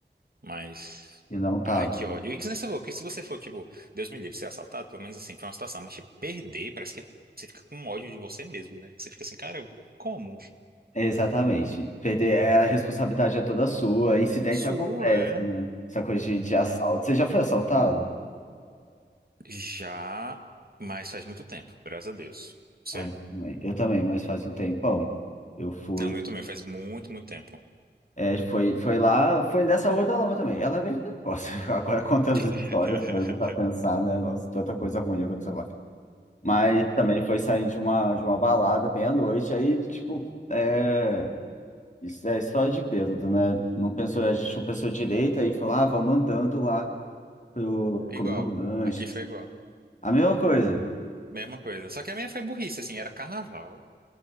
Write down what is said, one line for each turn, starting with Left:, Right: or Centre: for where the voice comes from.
Right: mas,
Left: E não tava.
Right: ai, que ódio, e que nem você falou, que se você for, tipo, Deus me livre, ser assaltado, pelo menos assim, foi uma situação, mas, tipo, perder, parece que você fica com ódio de você mesmo, né, que você fica assim, cara, eu- como?
Left: Exatamente. Perder é a responsabilidade é toda sua. Incidentes
Right: Sua,
Left: acontecem,
Right: é?
Left: né? Essa coisa de, de assalto.
Right: Ah.
Left: Você já foi assaltado?
Right: Já, mas faz muito tempo, graças a Deus, você...
Left: Ah, eu também, eu também, mas faz um tempão. Eu fui.
Right: Não, eu também, faz muito, muito tempo.
Left: É, foi, foi lá, foi dessa Rua da Lama também. Ela é bem precoce. <laughs> Agora contando as
Right: <laughs>
Left: histórias para pensar, né? Nossa, tanta coisa ruim aconteceu lá. Mas também foi saindo de uma, de uma balada bem à noite. Aí, tipo, é, isso é história de bêbado, né? Não pensou, a gente não pensou direito, aí foi lá, ah, vamos andando lá. pro
Right: É
Left: comer
Right: Igual.
Left: um lanche.
Right: Aqui foi igual.
Left: A mesma coisa.
Right: Mesma coisa. Só que a minha foi burrice, assim, era carnaval.